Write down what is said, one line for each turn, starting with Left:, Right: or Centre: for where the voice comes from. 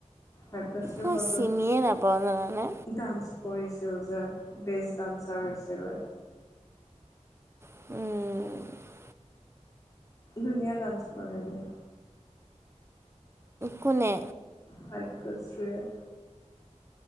Left: ভাগ্যশ্ৰীৰ
Right: মই
Left: মাজত,
Right: চিনিয়ে নাপাওঁ জানানে
Left: ডান্স কৰিছিল যে বেষ্ট ডান্সাৰ হৈছিলে।
Right: উম।
Left: ধুনীয়া ডান্স কৰে দিয়া।
Right: কোনে?
Left: ভাগ্যশ্ৰীয়ে।